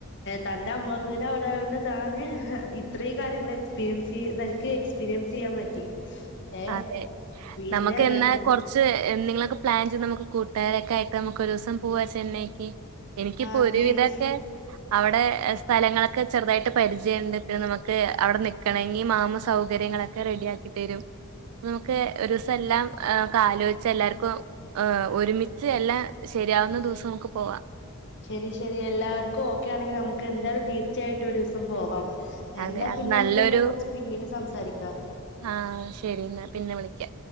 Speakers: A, on the left; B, on the right.
A: തന്റെ അമ്മ വീട് അവിടെ ആയോണ്ട് താന് ഇത്രയും കാര്യങ്ങൾ എക്സ്പീരിയൻസ് ചെയ് തനിക്ക് എക്സ്പീരിയൻസ് ചെയ്യാൻ പറ്റി ഏ
B: അതെ
A: പിന്നെ
B: നമുക്ക് എന്നാ കൊറച്ച് എന്തെങ്കി പ്ലാൻ ചെയ്ത് നമുക്ക് കൂട്ടുകാരൊക്കെ ആയിട്ട് നമുക്ക് ഒരു ദിവസം പോവാ ചെന്നൈക്ക് എനിക്കിപ്പോ
A: ആ
B: ഒരുവിധൊക്കെ
A: തീർച്ച
B: അവിടെ സ്ഥലങ്ങളൊക്കെ ചെറുതായിട്ട് പരിചയണ്ട് പിന്നെ നമുക്ക് അവിടെ നിക്കണെങ്കിൽ മാമ സൗകര്യങ്ങളൊക്കെ റെഡി ആക്കി തരും നമുക്ക് ഒരുസം എല്ലാം ആലോയിച്ച് എല്ലാർക്കും ഏഹ് ഒരുമിച്ച് എല്ലാം ശരിയാവുന്ന ദിവസം നമുക്ക് പോവാം
A: ശരി ശരി എല്ലാവർക്കും ഓക്കെ ആണെങ്കിൽ നമുക്ക് എന്തായാലും തീർച്ചയായിട്ടും ഒരു ദിവസം പോവാം എന്നാ
B: അതെ അത്
A: പിന്നെ
B: നല്ലൊരു
A: നമുക്ക് ഇതിനെ കുറിച്ച് പിന്നീട് സംസാരിക്കാം
B: ആഹ് ശരി ന്നാ പിന്നെ വിളിക്കാ